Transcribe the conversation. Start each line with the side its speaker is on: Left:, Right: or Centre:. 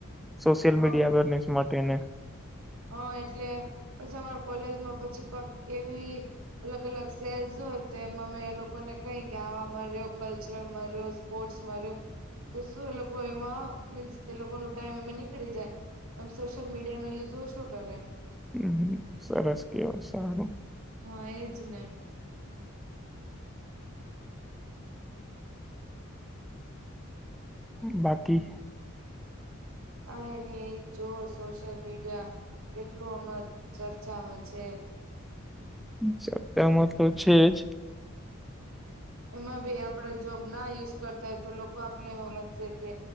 Centre: સોશિયલ
Right: હ
Centre: મીડિયા અવેરનેસ માટે ને
Right: હ એટલે પછી અમારે કોલેજમાં પછી કક કેવી અલગ અલગ સેલ્સ હોય તો એમાં અમે એ લોકોને કહી કે આવા માં રેયો કલ્ચરલમાં રેયો સ્પોર્ટસ માં રહ્યો તો શું એ લોકો એમાં મીન્સ એ લોકો નો ટાઈમ એમાં નીકળી જાય તો સોશિયલ મીડિયા નો યુઝ ઓછો કરે
Centre: હમ હમ. સરસ કહેવાય સારું
Right: હા એજ ને
Centre: બાકી
Right: કાઈ નહી એ જોવો સોશિયલ મીડિયા કેટલું હમણા ચર્ચામાં છે
Centre: ચર્ચા માં તો છે જ
Right: એમાં ભી આપણે જોબ ના યુઝ કરતા હોય તો લોકો આપને એવું હમજ શે કે